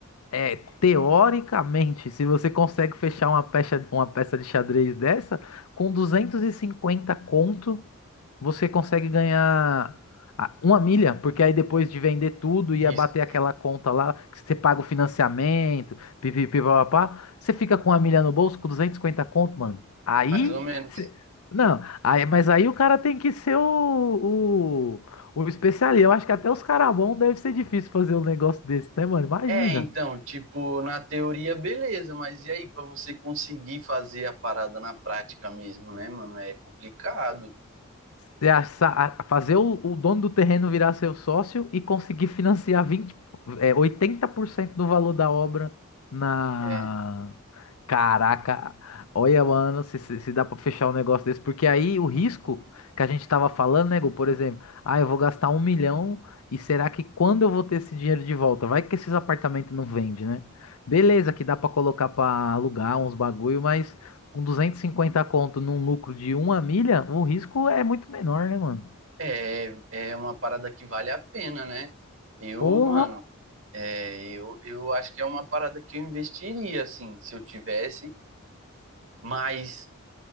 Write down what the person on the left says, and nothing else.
é, teoricamente, se você consegue fechar uma peça, uma peça de xadrez dessa com 250 conto, você consegue ganhar a- uma milha, porque aí depois de vender tudo
e abater aquela conta lá, que você paga o financiamento, pipipipapá, você fica com uma milha no bolso, com 250 conto, mano. Aí,
você- não, aí, mas aí o cara tem que ser o, o, o especialista. Eu acho que até os caras bons deve ser difícil fazer um negócio desse, né, mano? Imagina.
ter essa- a- fazer o, o dono do terreno virar seu sócio e conseguir financiar 20, é, 80% do valor da obra na.
Caraca, olha, mano, se, se, se dá pra fechar um negócio desse, porque aí o risco que a gente tava falando, nego, por exemplo, ah, eu vou gastar um milhão e será que quando eu vou ter esse dinheiro de volta? Vai que esses apartamentos não vendem né? Beleza, que dá pra colocar pra alugar uns bagulho, mas com 250 conto num lucro de uma milha, o risco é muito menor, né, mano?
Porra!